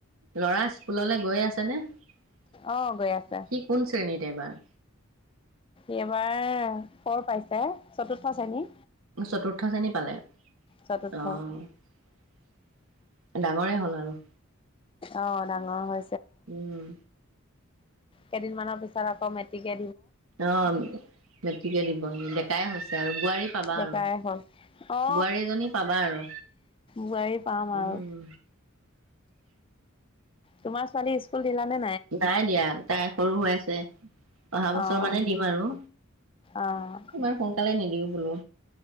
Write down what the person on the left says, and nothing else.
অ গৈ আছে
এইবাৰ কৰ পাইছে চতুৰ্থ শ্ৰেণী।
চতুৰ্থ
আহ
কেইদিনমানৰ পিছত আকৌ মেটিকে
ডেকায়ে
হল। অ
বোৱাৰী পাম
আৰু তোমাৰ ছোৱালী স্কুল দিলানে
অ',
অ',